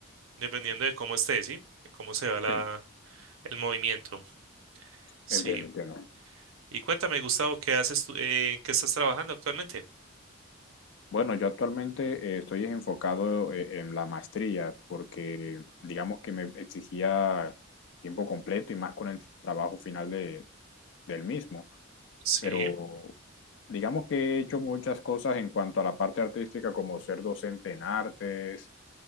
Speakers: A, on the right (about 75°); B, on the left (about 60°).
A: dependiendo de cómo esté, ¿sí? De cómo se va la,
B: Sí,
A: el movimiento, sí.
B: entiendo, entiendo.
A: Y cuéntame, Gustavo, ¿qué haces tú, eh, en qué estás trabajando actualmente?
B: Bueno, yo actualmente eh, estoy enfocado eh, en la maestría porque digamos que me exigía tiempo completo y más con el trabajo final de, del mismo.
A: Sí,
B: Pero digamos que he hecho muchas cosas en cuanto a la parte artística como ser docente en artes